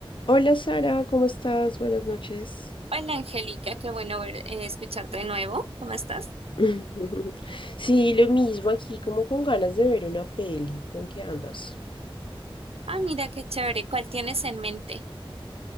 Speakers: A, on the left (about 60°); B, on the right (about 85°).
A: Hola Sara, ¿cómo estás? Buenas noches.
B: Hola Angélica, qué bueno ver- eh, escucharte de nuevo. ¿Cómo estás?
A: <laughs> Sí, lo mismo aquí, como con ganas de ver una peli. ¿Tú en qué andas?
B: Ah, mira qué chévere. ¿Cuál tienes en mente?